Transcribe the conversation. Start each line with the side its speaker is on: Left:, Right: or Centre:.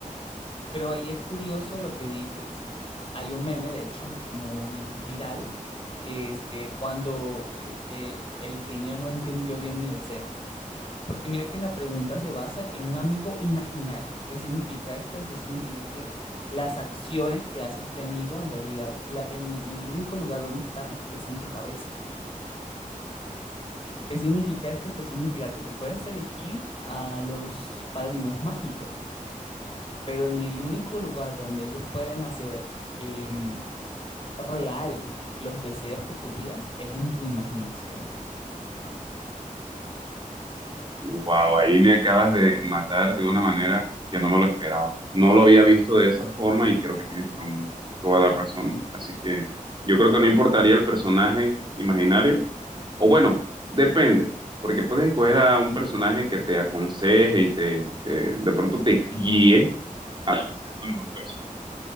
Left: Pero ahí es curioso lo que dices. Hay un meme, de hecho, muy viral, que es que cuando eh, el, el genio no entendió bien mi deseo. Porque mira que la pregunta se basa en un amigo imaginario. ¿Qué significa esto? Eso significa que las acciones que hace este amigo en realidad, la- en, en el único lugar donde están es en tu cabeza. ¿Qué significa esto? Esto significa que tú puedes elegir a los padrinos mágicos, pero en el único lugar donde ellos pueden hacer em, real los deseos que tú pidas es en tu imaginación.
Right: Wow, ahí me acabas de matar de una manera que no me lo esperaba. No lo había visto de esa forma y creo que tienes to- toda la razón. Así que yo creo que no importaría el personaje imaginario O bueno, depende, porque puedes escoger a un personaje que te aconseje y te, te- de pronto te guíe a ser una mejor persona.